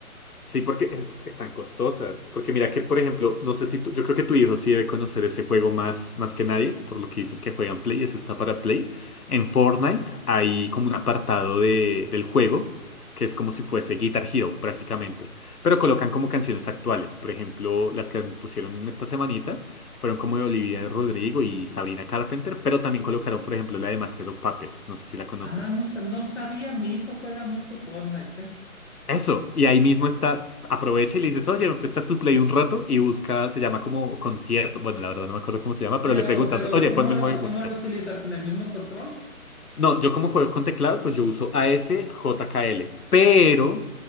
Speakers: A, on the left (about 85°); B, on the left (about 50°).
A: Sí, porque es- están costosas. Porque mira que, por ejemplo, no sé si tú- yo creo que tu hijo sí debe conocer ese juego más, más que nadie, por lo que dices que juegan Play, ese está para Play. En Fortnite hay como un apartado de, del juego que es como si fuese Guitar Hero prácticamente, pero colocan como canciones actuales. Por ejemplo, las que pusieron esta semanita fueron como de Olivia Rodrigo y Sabrina Carpenter, pero también colocaron, por ejemplo, la de Master of Puppets, no sé si la conoces.
B: Ah, no, sa- no sabía, mi hijo juega mucho Fortnite, ¿eh?
A: Eso, y ahí mismo está, aprovecha y le dices, oye, ¿me prestas tu Play un rato? Y busca, se llama como concierto, bueno, la verdad no me acuerdo cómo se llama,
B: Pero,
A: pero le preguntas,
B: pero,
A: oye,
B: ¿cómo
A: ponme
B: lo,
A: el modo de música.
B: cómo lo utilizas? ¿Con el mismo control?
A: No, yo como juego con teclado, pues yo uso a s j k l pero